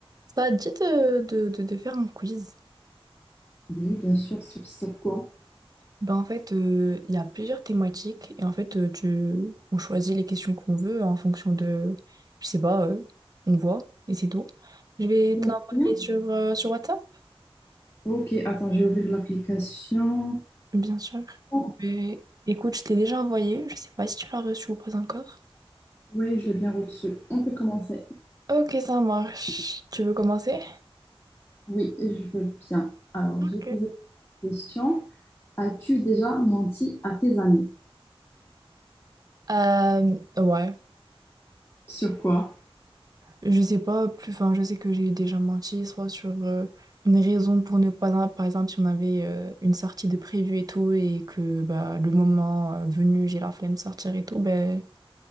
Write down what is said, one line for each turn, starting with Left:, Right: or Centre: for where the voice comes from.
Right: Ça te dit de, de, de, de faire un quiz?
Left: Oui, bien sûr, sur, sur quoi?
Right: Ben en fait, euh, il y a plusieurs thématiques et en fait, euh, tu, on choisit les questions qu'on veut en fonction de, je sais pas, euh, on voit et c'est tout. Je vais
Left: Non,
Right: te l'envoyer
Left: rien.
Right: sur, euh, sur WhatsApp,
Left: Ok, attends, je vais ouvrir l'application.
Right: bien sûr.
Left: Oh,
Right: Mais écoute, je t'ai déjà envoyé, je sais pas si tu l'as reçu ou pas encore.
Left: oui, je l'ai bien reçu. On peut commencer.
Right: Ok, ça marche. Tu veux commencer?
Left: Oui, je veux bien. Alors,
Right: Ok.
Left: je vais poser la question. As-tu déjà menti à tes amis?
Right: Euh, ouais,
Left: Sur quoi?
Right: Je sais pas, plus, enfin, je sais que j'ai déjà menti, soit sur euh, une raison pour ne pas, par exemple, si on avait euh, une sortie de prévue et tout, et que bah, le moment euh, venu, j'ai la flemme de sortir et tout, ben,